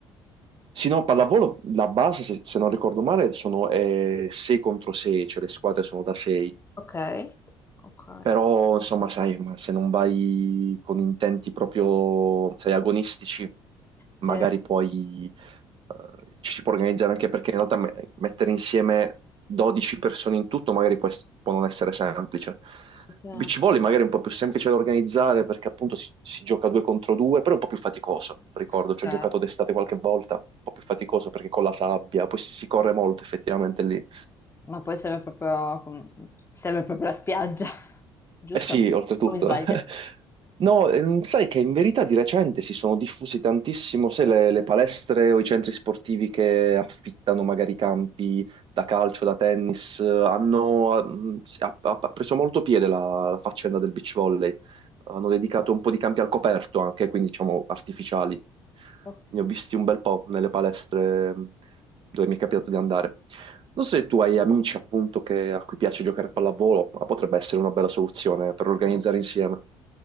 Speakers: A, on the right; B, on the left.
A: sì, no, pallavolo, la base, se, se non ricordo male, sono eh, 6 contro 6, cioè le squadre sono da 6.
B: Ok. Ok.
A: Però, insomma, sai, ma se non vai con intenti proprio, sai, agonistici, magari
B: Sì.
A: poi eh, ci si può organizzare anche perché in realtà me- mettere insieme 12 persone in tutto magari può, ess- può non essere semplice.
B: Sì, sì.
A: Il beach volley magari è un po' più semplice da organizzare perché appunto si, si gioca due contro due, però è un po' più faticoso, ricordo,
B: Ok.
A: ci ho giocato d'estate qualche volta, un po' più faticoso perché con la sabbia, poi si corre molto effettivamente lì.
B: Ma poi serve proprio, com- serve proprio la spiaggia, <laughs> giusto?
A: Eh sì, oltretutto.
B: O mi sbaglio?
A: <laughs> No, ehm, sai che in verità di recente si sono diffusi tantissimo, sai, le, le palestre o i centri sportivi che affittano magari campi da calcio, da tennis, eh, hanno, mm, si- ha, ha- ha preso molto piede la, la faccenda del beach volley hanno dedicato un po' di campi al coperto anche, quindi diciamo artificiali.
B: Ok.
A: Ne ho visti un bel po' nelle palestre mh, dove mi è capitato di andare. Non so se tu hai amici appunto che- a cui piace giocare a pallavolo, ma potrebbe essere una bella soluzione per organizzare insieme.